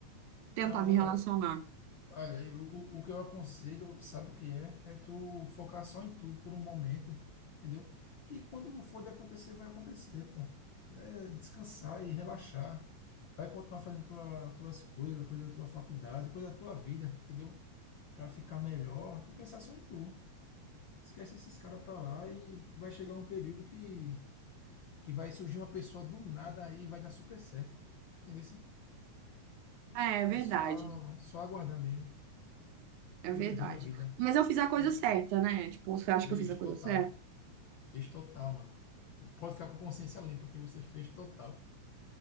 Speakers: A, on the right; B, on the left.
A: tentar
B: Não,
A: me relacionar.
B: é, Olha, eu- o, o que eu aconselho, sabe o que é? É tu focar só em tu por um momento, entendeu? Que quando for de acontecer, vai acontecer, pô. É descansar e relaxar. Vai continuar fazendo tua, tuas coisas, coisa da tua faculdade, coisa da tua vida, entendeu? Pra ficar melhor e pensar só em tu. Esquece esses caras pra lá e vai chegar um período que, que vai surgir uma pessoa do nada aí e vai dar super certo. Entendeu?
A: É, é verdade.
B: É só, só aguardar mesmo
A: É
B: e
A: verdade.
B: vivendo a vida,
A: Mas eu fiz a
B: entendeu?
A: coisa certa, né? Tipo, você acha
B: Fez
A: que eu fiz a coisa
B: total.
A: certa?
B: Fez total, mano. Pode ficar com a consciência limpa que você fez total.